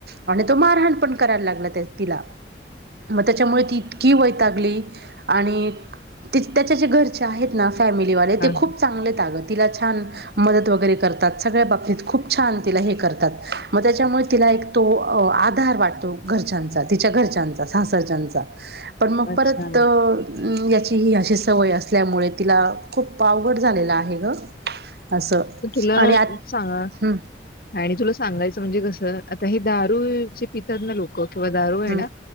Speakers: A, on the right; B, on the left.
A: आणि तो मारहाण पण करायला लागला. तर तिला मग त्याच्यामुळे ती इतकी वैतागली लागली आणि. त्याच्या जे घरचे आहेत ना. फॅमिलीवाले
B: हां,
A: ते खूप चांगले आहेत आग. तिला छान मदत वगैरे करतात. सगळया बाबतीत खूप छान त हे करतात. म त्याच्यामुळेच तीला हे. तो आधार वाटतो घरच्याचा. तिच्या घरच्यांचा. सासरच्यांचा पण मग
B: अच्छा.
A: परत याची ही अशी सवय असल्यामुळे. तिला खूप आवड झालेला आहे ग. असं
B: तुला
A: आणि आ
B: सांग.
A: हम्म
B: आणि तुला सांगायचं म्हणजे कस. आता हे दारू जे पितात ना लोक. किंवा दारू आहे
A: हम्म
B: ना.